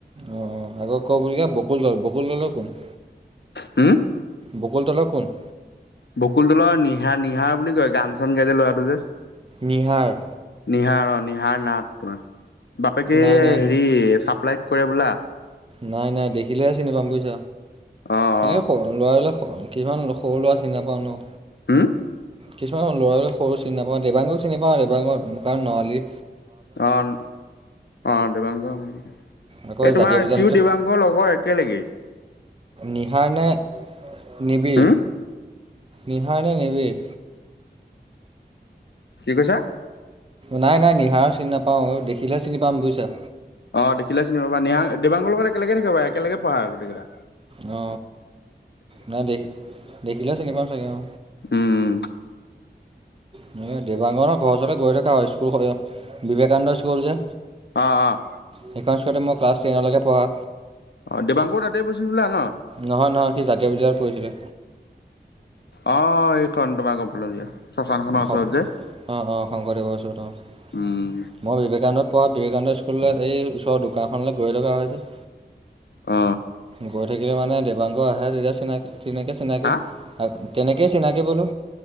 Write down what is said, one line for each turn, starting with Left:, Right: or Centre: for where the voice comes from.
Right: অ অ আকৌ ক' বুলিগা বকুল গাঁৱৰ বকুল দলৰ কোন
Left: উম
Right: বকুল তলৰ কোন
Left: বকুল তলৰ নিহা নিহা বুলি কয় গান চান গাই যে লৰাটো যে
Right: নিহাৰ
Left: নিহাৰ অ নিহাৰ নাট তোমাৰ বাপেকে
Right: নাই নাই
Left: হেৰি চাপ্লাইত কৰে বোলা
Right: নাই নাই দেখিলেহে চিনি পাম বুইছ
Left: অ
Right: সেনেকে ল'ৰাবিলাক, কিছুমান সৰু ল'ৰা চিনি নাপাওঁ ন
Left: উম
Right: কিছুমান ল'ৰাবিলাক সৰু চিনি নাপাওঁ, দেৱাংগক চিনি পাওঁ, দেবাংগ কাৰণ নৱালী।
Left: অ', অ' দেবাংগ মানে এতিয়া,
Right: আকৌ
Left: এই
Right: জাতীয়
Left: তোমাৰ
Right: বিদ্যালয়তে
Left: চিউ দেবাংগৰ লগৰ একেলগেই।
Right: নিহাৰ নে নিবিৰ,
Left: হম
Right: নিহাৰ নে নিবিৰ।
Left: কি কৈছা?
Right: নাই নাই নিহাৰক চিনি নাপাওঁ, অ' দেখিলে চিনি পাম বুইছা।
Left: অ দেখিলে চিনি পাবা নিহাং দিবাগৰ লগত একেলগে থাকে বা একেলগে পঢা গোটেইকেইটা
Right: অ না দেখ দেখিলে চিনি পামা চাগে অ
Left: উম
Right: এনেকে দেৱাগনৰ ঘৰ ওচৰতে গৈ থকা হয় স্কুল বিবেকানন্দ স্কুল যে।
Left: অ' অ'
Right: সেইখন স্কুলতে মই ক্লাছ টেনলেকে পঢ়া।
Left: অ' দেবাংগও তাতেই পঢ়িছিল হ'বলা ন।
Right: নহয় নহয়, সি জাতীয় বিদ্যালয়ত পঢ়িছিলে।
Left: অ' এইখন তোমাৰ গম পালো দিয়া শশানখনৰ ওচৰত
Right: অ'
Left: যে
Right: অ' শংকৰদেৱৰ ওচৰত অ'
Left: উম
Right: মই বিবেকানন্দত পঢ়া বিবেকানন্দ স্কুলৰ এই ওচৰৰ দোকানখনলে গৈ থকা হয় যে
Left: অ
Right: গৈ থাকিলে মানে দেবাংগ আহে, যেতিয়া চিনাকি তেনেকে চিনাকি
Left: হা
Right: তেনেকে চিনাকি বোলো।